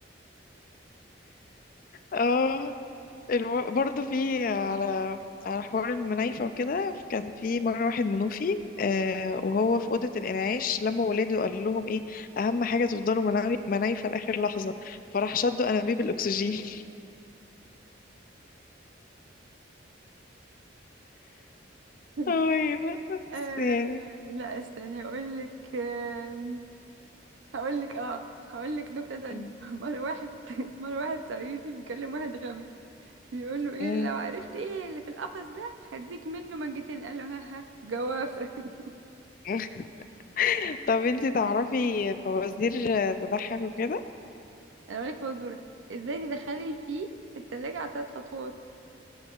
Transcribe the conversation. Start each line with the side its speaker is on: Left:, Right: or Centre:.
Left: اه الم- برضه في على على حوار المنايفة وكده كان في مرة واحد منوفي آه وهو في أوضة الإنعاش لما ولاده وقال لهم إيه أهم حاجة تفضلوا مناوي- منايفة لآخر لحظة فراح شدوا أنابيب الأكسجين <laughs>
Right: <laughs>
Left: أي بس
Right: آه
Left: يعني
Right: لا استني اقول لك آه هقول لك اه هقول لك نكتة تانية
Left: م-
Right: <laughs> مرة واحد <laughs> مرة واحد صعيدي بيكلم واحد غبي بيقول له ايه
Left: م.
Right: لو عرفت ايه اللي في القفص ده هديك منه منجتين قال له ها ها جوافة <laughs>
Left: <laughs> طب انتي تعرفي فوازير تضحك وكده
Right: انا اقول لك فزورة ازاي تدخلي الفيل في التلاجة على ثلاث خطوات